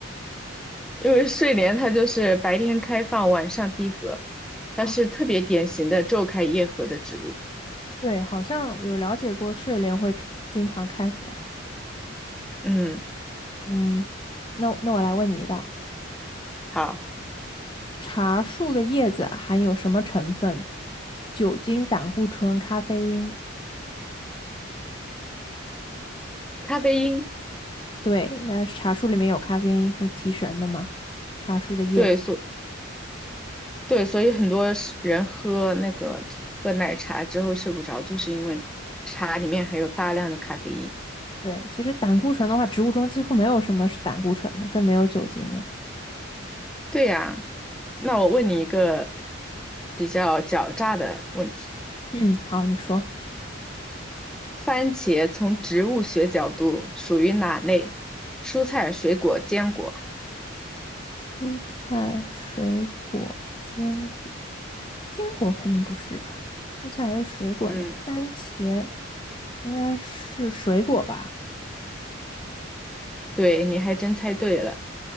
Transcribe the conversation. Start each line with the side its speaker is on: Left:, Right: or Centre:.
Centre: <laughs> 因为睡莲它就是白天开放，晚上闭合，它是特别典型的昼开夜合的植物。
Left: 啊？对，好像有了解过睡莲会 k- 经常开合。
Centre: 嗯，
Left: 嗯，那那我来问你一道：
Centre: 好，
Left: 茶树的叶子含有什么成分？酒精、胆固醇、咖啡因。
Centre: 咖啡因，
Left: 对，那茶树里面有咖啡因，是提神的嘛？茶树的叶子。
Centre: 对，所对，所以很多是人喝那个喝奶茶之后睡不着，就是因为茶里面含有大量的咖啡因。
Left: 对，其实胆固醇的话，植物中几乎没有什么是胆固醇的，更没有酒精了。
Centre: 对呀，那我问你一个比较狡诈的问题：
Left: 嗯，好，你说。
Centre: 番茄从植物学角度属于哪类？蔬菜、水果、坚果。
Left: 蔬菜、水果、坚果。坚果肯定不是吧？蔬菜还是水果呢？
Centre: 嗯，
Left: 番茄应该是水果吧？
Centre: 对，你还真猜对了。